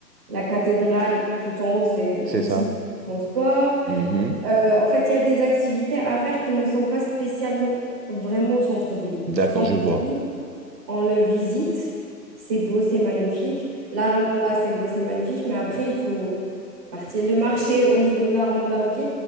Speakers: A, on the right; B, on the right.
A: la cathédrale tout en haut, c'est
B: C'est
A: aussi
B: ça.
A: du transport.
B: Mhm.
A: Euh, en fait, il y a des activités à faire qui ne sont pas spécialement vraiment au centre-ville.
B: D'accord,
A: Le centre-ville,
B: je vois.
A: on le visite, c'est beau, c'est magnifique. La Rambla, c'est beau, c'est magnifique, mais après, il faut partie. Le marché au niveau de la Rambla, ok.